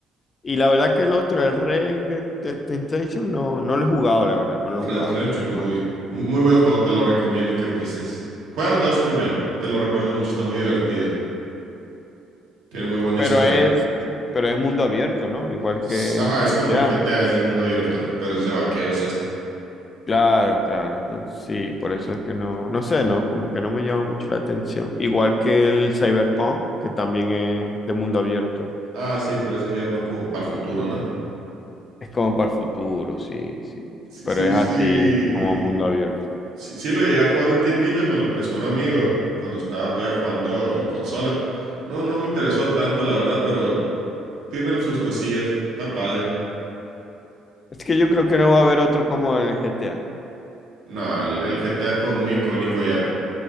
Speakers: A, on the left (about 35°); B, on the right (about 80°).
A: Y la verdad que el otro, el Rey de, de Temptation, no, no lo he jugado, la verdad, no
B: El
A: lo
B: Red
A: he jugado,
B: Red
A: no
B: Shinobi,
A: lo he jugado.
B: mu- muy, buen juego, te lo recomiendo que empieces. Juega el 2 primero, te lo recomiendo mucho, está muy divertido. Tiene muy
A: P-
B: buena
A: Pero
B: historia.
A: es, pero es mundo abierto, ¿no? Igual
B: S-
A: que
B: Ajá, es
A: GTA.
B: como el GTA, es de mundo abierto, pero es de vaqueros este.
A: Claro, claro. Entonces, sí, por eso es que no, no sé, ¿no? Como que no me llama mucho la atención. Igual que el Cyberpunk, que también es de mundo abierto.
B: Ah, sí, pero ese ya es más como para el futuro, ¿no?
A: Es como para el futuro, sí, sí.
B: Sí,
A: Pero
B: sí,
A: es
B: sí.
A: así como mundo abierto.
B: Sí, sí lo llegué a jugar un tiempito, que me lo prestó un amigo cuando estaba todavía jugando en consola. No, no me interesó tanto, la verdad, pero tiene sus cosillas, está padre.
A: Es que yo creo que no va a haber otro como el GTA.
B: No, el, el GTA es como muy icónico ya.